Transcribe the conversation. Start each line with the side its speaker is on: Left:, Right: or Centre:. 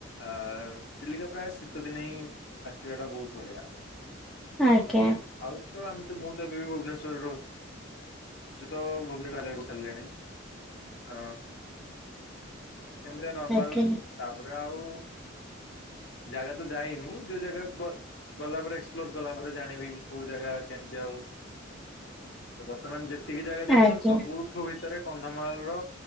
Left: ଆ ଚିଲିକା ପ୍ରାୟ ଶୀତ ଦିନ ହିଁ ଆସିବା ଟା ବୋହୁତ ବଢିଆ।
Centre: ଆଜ୍ଞା।
Left: ଆଉ ତ ଆମେ ତ ମୁଁ ତ ଏବେ ବି ଭୁବନେଶ୍ୱରରେ ରହୁ ଚି ତ <unintelligible> ଛାଡିଲିଣି ଆ ସେମିତିଆ ନର୍ମାଲ
Centre: ଆଜ୍ଞା।
Left: ତାପରେ ଆଉ ଜାଗା ତ ଯାଇନି। ଯୋଉ ଜାଗାକୁ ଗଲା ପରେ ଏକ୍ସପ୍ଲୋର କଲା ପରେ ଜାଣିବି କୋଉ ଜାଗା କେମିତି ଆଉ।
Centre: <inaudible>
Left: ବର୍ତ୍ତମାନ ଯେତିକି ଜାଗା ଯାଇଛି
Centre: ଆଜ୍ଞା
Left: ମ ସବୁଠୁ ଭିତରେ କନ୍ଧମାଳ ର